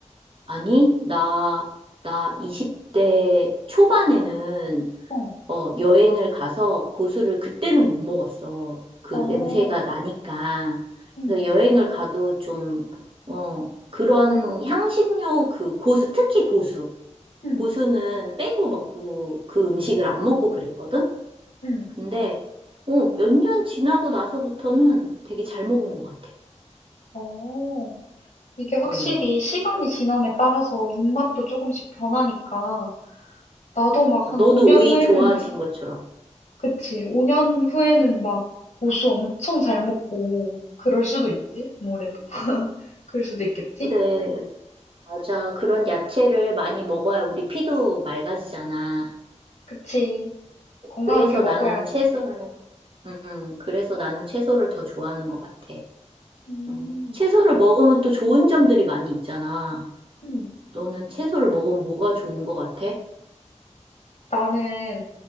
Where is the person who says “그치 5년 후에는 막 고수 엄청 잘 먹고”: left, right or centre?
Left